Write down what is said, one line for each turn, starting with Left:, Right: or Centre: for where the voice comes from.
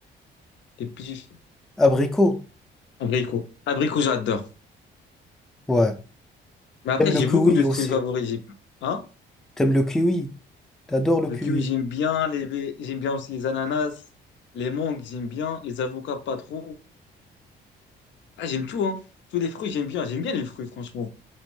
Left: Les petits
Centre: abricot.
Left: abricots. Abricots, j'adore.
Centre: Ouais.
Left: Mais après,
Centre: T'aimes le
Left: j'ai
Centre: kiwi
Left: beaucoup de
Centre: aussi.
Left: fruits favoris. J'ai- Hein?
Centre: T'aimes le kiwi. T'adores le
Left: Le
Centre: kiwi.
Left: kiwi, j'aime bien. Les... les- J'aime bien aussi les ananas. Les mangues, j'aime bien. Les avocats, pas trop. Ah, j'aime tout, hein. Tous les fruits, j'aime bien. J'aime bien les fruits, franchement.